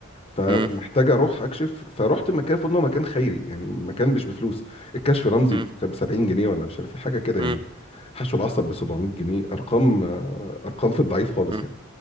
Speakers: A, on the left (about 25°); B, on the right (about 20°).
A: فمحتاج
B: مم،
A: اروح اكشف فروحت مكان المفروض ان هو مكان خيري يعني مكان مش بفلوس الكشف رمزي
B: مم،
A: ب 70 جنيه ولا مش عارف ايه حاجه كده
B: مم،
A: يعني حشو العصب ب 700 جنيه ارقام ارقام في الضعيف خالص
B: مم،
A: يعني